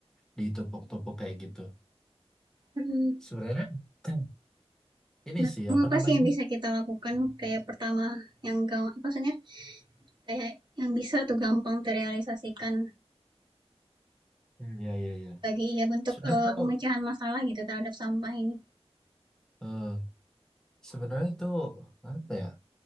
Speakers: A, in the centre; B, on the right.
A: ditumpuk-tumpuk kayak gitu.
B: Hmm.
A: Sebenarnya <clears throat> ini
B: Nah
A: sih
B: kamu
A: apa
B: apa
A: namanya?
B: sih yang bisa kita lakukan kayak pertama yang ga maksudnya kayak yang bisa tuh gampang terrealisasikan
A: Hmm, ya, ya, ya.
B: bagi ya bentuk,
A: Sebenarnya
B: eee,
A: tuh,
B: pemecahan masalah gitu terhadap sampah ini?
A: eh, sebenarnya tuh apa ya?